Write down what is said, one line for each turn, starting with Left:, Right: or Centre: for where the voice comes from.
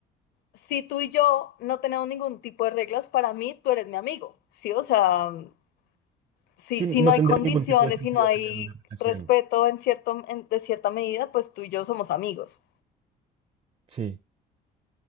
Left: si tú y yo no tenemos ningún tipo de reglas, para mí tú eres mi amigo, sí, o sea, mm, si,
Right: Sí,
Left: si
Right: no
Left: no hay
Right: tendría
Left: condiciones,
Right: ningún tipo de sentido
Left: si no hay
Right: tener una relación.
Left: respeto en cierto, en- de cierta medida, pues tú y yo somos amigos.
Right: Sí.